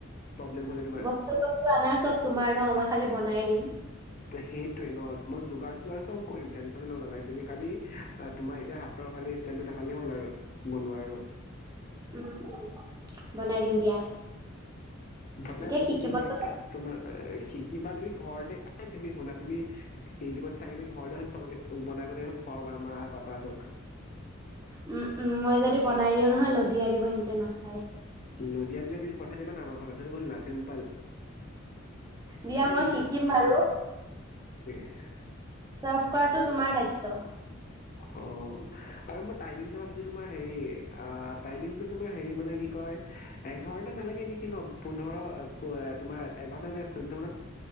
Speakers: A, on the left; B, on the right.
A: প্ৰব্লেম হ'লে তোমাৰ
B: বস্তু সোষ্টো অনাৰ চব তোমাৰ ন মই খালি বনাই দিম উম
A: সেইটোৱে নহ মই যোগাৰ চোগাৰ চব কৰি দিম টেনচন নাই তুমি খালি তোমাৰ এতিয়া হাতৰ খালি ষ্টাইল খালে হ'ল আৰু বনোৱা আৰু
B: উম বনাই দিম দিয়া।
A: বনাই
B: এতিয়া
A: মোক
B: শিকিবতো
A: দিব লাগে
B: লাগ-
A: কামাৰ শিকিবা তুমি ঘৰতেই তুমি শুনা তুমি ইউটিউবত চাই কেনে ঘৰ দেন চবে বনাই বনাইখন খোৱাব পাৰ মা পাপাহতক
B: উম উম মই যদি বনাই দিওঁ নহয় লদিয়াই দিব সিহঁতে নাখায়।
A: লুধিয়াতলে প পা মানে আমাৰ ঘৰত হৈ গলা চিম্পল
B: দিয়া
A: খালি
B: মই শিকিম বাৰু
A: হয়
B: চাৰ্ভ কৰাটো তোমাৰ দায়িত্ব
A: অ আৰু মই টাইমিংটো ভাবিছো তোমাৰ হেৰি আহ, ' টাইমিংটো তোমাৰ হেৰি মানে কি কয়, এঘাৰটা নালাগে নেকি ন', পোন্ধৰ তোমাৰ এঘাৰটা নে চৈধ্য মানত